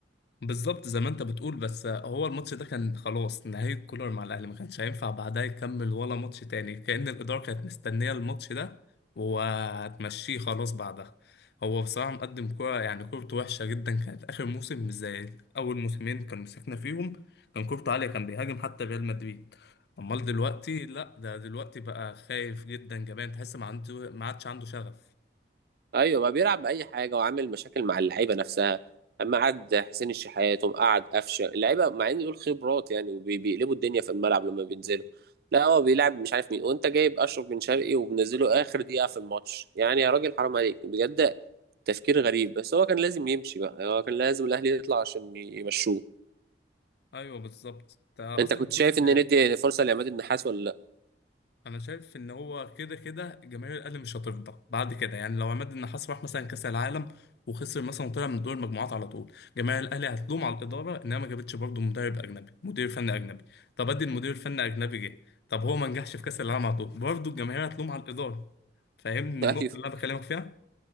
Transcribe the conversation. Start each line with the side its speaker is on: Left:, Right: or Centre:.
Left: بالظبط زي ما انت بتقول بس هو الماتش ده كان خلاص نهاية كولر مع الاهلي ما كانش هينفع بعدها يكمل ولا ماتش تاني كأن الإدارة كانت مستنية الماتش ده وهتمشيه خلاص بعدها هو بصراحة مقدم كورة يعني كورته وحشة جدا كانت آخر موسم مش زي أول موسمين كان مسكنا فيهم كان كورته عالية كان بيهاجم حتى ريال مدريد أمال دلوقتي لأ ده دلوقتي بقى خايف جدا جبان تحس ما عنده ما عادش عنده شغف
Right: ايوه ما بيلعب باي حاجه وعامل مشاكل مع اللعيبه نفسها اما قعد حسين الشحات وقعد قفشه اللعيبه مع ان دول خبرات يعني وبيقلبوا الدنيا في الملعب لما بينزلوا لا هو بيلعب مش عارف مين وانت جايب اشرف بن شرقي وبنزله اخر دقيقه في الماتش يعني يا راجل حرام عليك بجد تفكير غريب بس هو كان لازم يمشي بقى يعني هو كان لازم الاهلي يطلع عشان يمشوه
Left: أيوه بالظبط أنت
Right: انت
Left: أصلا
Right: كنت
Left: شفت
Right: شايف ان ندي فرصه لعماد النحاس ولا
Left: انا شايف ان هو كده كده جماهير الاهلي مش هترضى بعد كده يعني لو عماد النحاس راح مثلا كاس العالم وخسر مثلا وطلع من دور المجموعات على طول جماهير الاهلي هتلوم على الاداره انها ما جابتش برضه مدرب اجنبي مدير فني اجنبي طب ادي المدير الفني اجنبي جه طب هو ما نجحش في كاس العالم على طول برضه الجماهير هتلوم على الاداره فاهمني النقطه
Right: لا <laughs> ايوه
Left: اللي انا بكلمك فيها